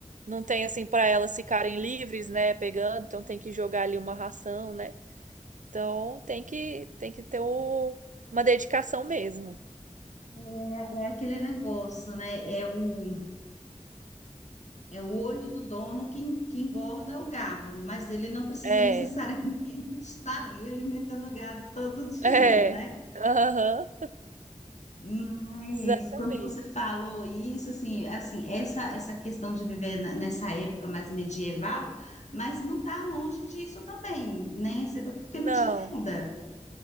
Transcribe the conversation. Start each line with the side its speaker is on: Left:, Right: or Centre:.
Right: não tem assim para elas ficarem livres, né? Pegando, então tem que jogar ali uma ração, né? Então tem que, tem que ter o- uma dedicação mesmo.
Left: É, é aquele negócio, né? É o, é o olho do dono que, en- que engorda o gado, mas ele não precisa
Right: É,
Left: necessariamente <laughs> estar ali alimentando o gado todo dia,
Right: <laughs> é.
Left: né?
Right: Aham,
Left: Mas
Right: exatamente.
Left: quando você falou isso, assim, assim, essa essa questão de viver na- nessa época mais medieval, mas não está longe disso também, né? Você- Porque
Right: Não,
Left: não tinha nada.